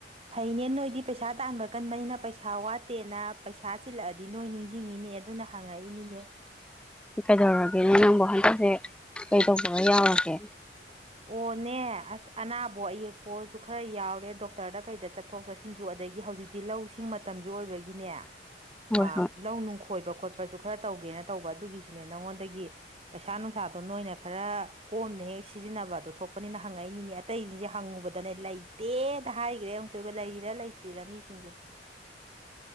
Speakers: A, on the right; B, in the centre.
A: ꯐꯩꯅꯦ ꯅꯣꯏꯗꯤ ꯄꯩꯁꯥ ꯇꯥꯟꯕ ꯀꯟꯕꯅꯤꯅ ꯄꯩꯁꯥ ꯋꯥꯠꯇꯦꯅ ꯄꯩꯁꯥ ꯆꯤꯜꯂꯛꯑꯗꯤ ꯅꯣꯏ ꯅꯤꯡꯖꯤꯡꯉꯤꯅꯦ ꯗꯨꯅ ꯍꯪꯉꯛꯏꯅꯤꯅꯦ
B: ꯀꯩꯗꯧꯔꯒꯦꯅꯦ ꯅꯪꯕꯣ ꯍꯟꯗꯛꯖꯦ ꯀꯩ ꯇꯧꯕꯒ ꯌꯥꯎꯔꯒꯦ
A: ꯑꯣꯅꯦ ꯑꯁ ꯑꯅꯥꯕꯣ ꯑꯌꯦꯛꯄꯣ ꯈꯔ ꯌꯥꯎꯔꯦ ꯗꯣꯛꯇꯔꯗ ꯀꯩꯗ ꯆꯠꯊꯣꯛ ꯆꯠꯁꯤ ꯁꯤꯟꯖꯨ ꯑꯗꯒꯤ ꯍꯧꯖꯤꯛꯇꯤ ꯂꯧ ꯁꯤꯡ ꯃꯇꯝꯖꯨ ꯑꯣꯏꯕꯒꯤꯅꯦ ꯑ
B: ꯍꯣꯏ ꯍꯣꯏ
A: ꯂꯧ ꯅꯨꯡ ꯈꯣꯏꯕ ꯈꯣꯠꯄꯖꯨ ꯈꯔ ꯇꯧꯒꯦꯅ ꯇꯧꯕ ꯑꯗꯨꯒꯤꯁꯨꯅꯦ ꯅꯪꯉꯣꯟꯗꯒꯤ ꯄꯩꯁꯥ ꯅꯨꯡꯁꯥꯗꯣ ꯅꯣꯏꯅ ꯈꯔ ꯀꯣꯝꯅ ꯍꯦꯛ ꯁꯤ ꯇꯤꯖꯤꯟꯅꯕꯗꯣ ꯊꯣꯛꯄꯅꯤꯅ ꯍꯪꯉꯛꯏꯅꯤꯅꯦ ꯑꯇꯩꯖꯤꯡꯖꯦ ꯍꯪꯉꯨꯕꯗꯅꯦ ꯂꯩꯇꯦꯗ ꯍꯥꯏꯒ꯭ꯔꯦ ꯑꯃꯨꯛꯇꯣꯏꯕ ꯂꯩꯔꯤꯔ ꯂꯩ ꯇ꯭ꯔꯤꯔ ꯃꯤꯁꯤꯡꯖꯦ